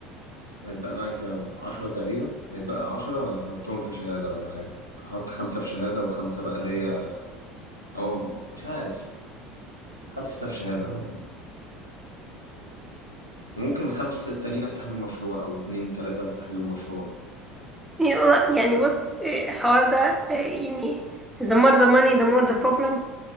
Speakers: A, on the left; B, in the centre.
A: هيتبقى معايا كام 10 تقريبا هيتبقى 10 هحطهم في شهاده ولا حاجه هحط خمسة في شهادة وخمسة بقى ليا أو مش عارف خمسة في شهادة آه. ممكن الخمسة التانيين أفتح بيهم مشروع أو اتنين تلاتة أفتح بيهم مشروع
B: يعني والله- يعني بص إيه، الحوار ده إيه، يعني the more the money the more the problem